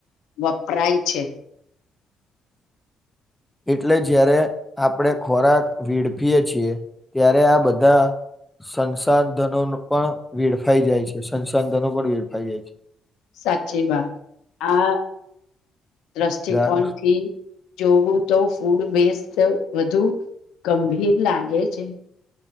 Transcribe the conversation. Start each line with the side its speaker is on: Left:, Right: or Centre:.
Left: વપરાય છે.
Centre: એટલે જયારે આપણેે ખોરાક વેડફીએ છીએ. ત્યારે આ બધા સંસાધનો પણ વેડફાઈ જાય છે, સંસાધનો પણ વેડફાઈ જાય છે.
Left: સાચી વાત, આ દ્રષ્ટિકોણથી
Centre: દાર
Left: જોવું તો ફૂડ બેસ્ટ વધુ ગંભીર લાગે છે.